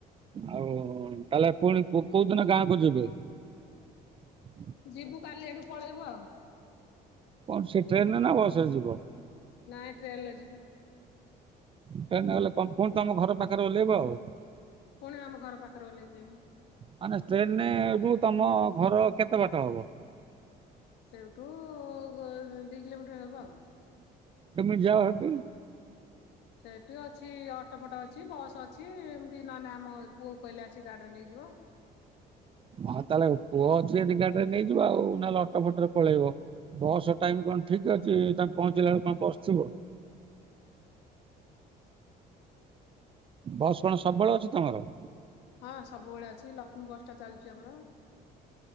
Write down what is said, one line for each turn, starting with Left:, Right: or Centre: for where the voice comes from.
Right: ଆଉ ତାହେଲେ ପୁଣି ପୁଅ କଉଦିନ ଗାଁ କୁ ଯିବେ? <inaudible>
Left: ଯିବୁ କାଲି ଆଡୁକୁ ପଳେଇବୁ ଆଉ
Right: କଣ ସେଇ ଟ୍ରେନ୍ ରେ ନା ବସ୍ ରେ ଯିବ?
Left: ନାଇଁ ଟ୍ରେନଲେ ଯିବୁ।
Right: ଟ୍ରେନ ରେ ଗଲେ ଫୁନି ତମ ଘର ପାଖରେ ଓହ୍ଲେଇବ ଆଉ।
Left: ପୁଣି ଆମ ଘର ପାଖରେ ଓହ୍ଲେଇବି ଯାଇକି।
Right: ମାନେ ଟ୍ରେନ୍ ନେ ହେଉଠୁ ତମ ଘର କେତେ ବାଟ ହବ?
Left: ସେଇଠୁ <unintelligible> ଦି କିଲୋମିଟର୍ ହବ ଆଉ
Right: ତମେ ଯାଅ ହେଠି
Left: ସେଇଠି ଅଛି ଅଟୋ ଫଟୋ ଅଛି ବସ୍ ଅଛି ଵି ନହନେ ଆମ ପୁଅ କୁ କହିଲେ ଆସି ଗାଡ଼ିରେ ନେଇଯିବ।
Right: ହଁ ତାହେଲେ ପୁଅ ଅଛି ଯଦି ଗାଡ଼ିରେ ନେଇଯିବ ଆଉ ନହେଲେ ଅଟୋ ଫଟୋରେ ପଳେଇବ ବସ୍ ଟାଇମ୍ କଣ ଠିକ ଅଛି ତାଙ୍କେ ପହଞ୍ଚିଲା ବେଳକୁ କଣ ବସ୍ ଥିବ?
Left: <inaudible>
Right: ବସ୍ କଣ ସବୁବେଳେ ଅଛି ତମର?
Left: ହଁ ସବୁବେଳେ ଅଛି। ସେ ଲକ୍ଷ୍ମୀ ବସ୍ ଟା ଚାଲିଛି ଆମର।